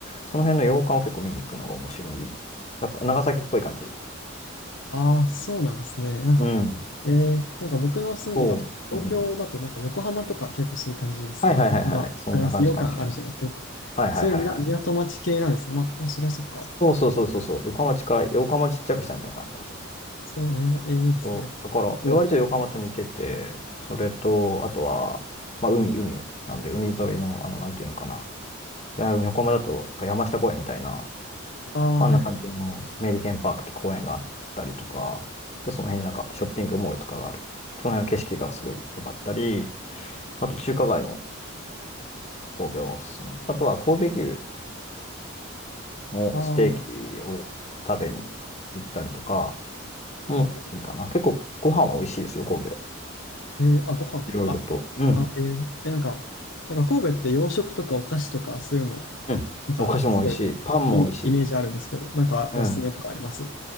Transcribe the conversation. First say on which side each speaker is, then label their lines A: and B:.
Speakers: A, on the left; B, on the left.
A: その辺の洋館を結構見に行くのが面白い。なんか長崎っぽい感じ。
B: ああ、そうなんですね。なんか、
A: うん。
B: えー、なんか僕の住んでたと、
A: そう。
B: 東京だとなんか横浜とか結構そういう感じですね。
A: うんうん。はいはいはいはい。
B: 横浜、わかります。
A: そんな感じかもしれない。
B: 洋館あるじゃないですか、結構。
A: はいはいはいはい。
B: そういうみな港町系なんですね。まあ、それはそっか。
A: そうそうそうそうそう。横浜近い、横浜ちっちゃくしたみたいな感じかもしれない。
B: そうなの、えー、いいですね。
A: そう、
B: なんか、
A: だから、
B: あと、
A: え割と横浜と似てて、それと、あとは、まあ、海、海なんで、海沿いの、あの、なんていうのかな。いや横浜だと、山下公園みたいな、
B: ああー、
A: あんな感じのメリケンパークって公園があったりとか、
B: はいはい。
A: で、その辺になんかショッピングモールとかがある。その辺の景色がすごい良かったり、あと中華街も神戸はおすすめ。あとは神戸牛のステーキを食べに
B: ああ、
A: 行ったりとかもいいかな。
B: なるほど。
A: 結構ご飯は美味しいですよ、神戸。
B: えー、あ、ご飯か。
A: いろいろと。
B: あ、
A: うん
B: あ、えー、えなんか、なんか神戸って洋食とかお菓子とかそういうの、
A: うん。
B: なんかすごいいいイメージあるんですけど、
A: お菓子も美味しい。パンも美味しい。
B: なんかおすすめとかあります
A: うん。